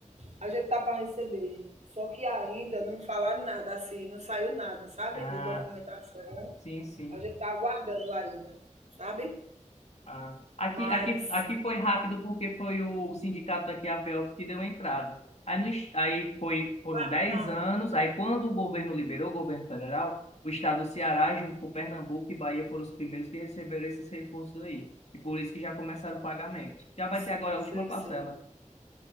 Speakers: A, on the right; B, on the left.
A: A gente tá para receber. Só que ainda não falaram nada, assim, não saiu nada, sabe?
B: Ah,
A: De documentação.
B: sim, sim.
A: A gente tá aguardando ainda, sabe?
B: Ah. Aqui,
A: Mas.
B: aqui, aqui foi rápido porque foi o sindicato daqui a Pelp que deu a entrada. Aí, no, es- aí foi, foram 10
A: Ah,
B: anos, aí quando o governo liberou, o governo federal, o estado do Ceará, junto com Pernambuco e Bahia, foram os primeiros que receberam esses recursos aí. E por isso que já começaram o pagamento. Já vai
A: sim,
B: ter agora a última
A: sei,
B: parcela,
A: sei.